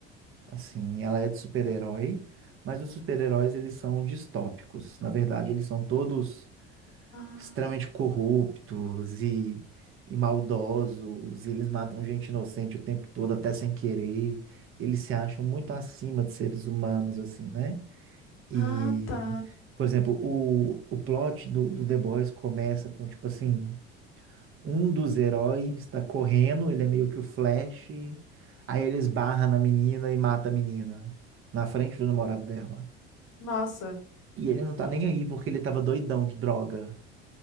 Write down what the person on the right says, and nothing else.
assim. Ela é de super-herói, mas os super-heróis eles são distópicos. Na verdade, eles são todos.
extremamente corruptos e, e maldosos, e eles matam gente inocente o tempo todo, até sem querer. Eles se acham muito acima de seres humanos, assim, né? E,
por exemplo, o, o plot do, do The Boys começa com, tipo assim, um dos heróis tá correndo, ele é meio que o Flash, aí ele esbarra na menina e mata a menina, na frente do namorado dela.
E ele não tá nem aí porque ele tava doidão de droga.